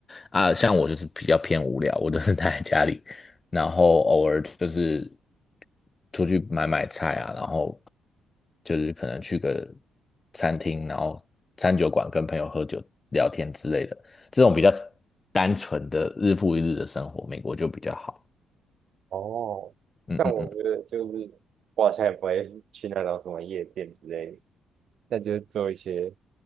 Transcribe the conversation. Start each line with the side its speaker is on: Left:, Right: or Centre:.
Left: 啊。像我就是比较偏无聊，我都是待在家里，然后偶尔就是出去买买菜啊，然后就是可能去个餐厅，然后餐酒馆跟朋友喝酒聊天之类的，这种比较单纯的日复一日的生活，美国就比较好。
Right: 哦，
Left: 嗯嗯嗯，
Right: 但我觉得就是我好像也不会去那种什么夜店之类的，那就是做一些